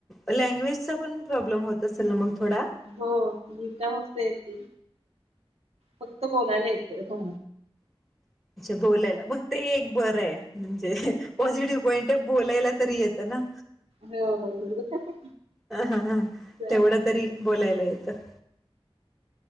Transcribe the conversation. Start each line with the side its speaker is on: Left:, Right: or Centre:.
Centre: लँग्वेजचा पण प्रॉब्लेम होत असेल ना मग थोडा
Right: हो मी कास येते फक्त बोलायला येतं ह
Centre: ह अच्छा बोलायला मग ते एक बरं आहे म्हणजे पॉझिटिव्ह पॉइंट आहे बोलायला तरी येतं ना
Right: हो हो
Centre: ह हा हां
Right: चालतंय
Centre: तेवढं तरी
Right: चालतंय.
Centre: बोलायला येतं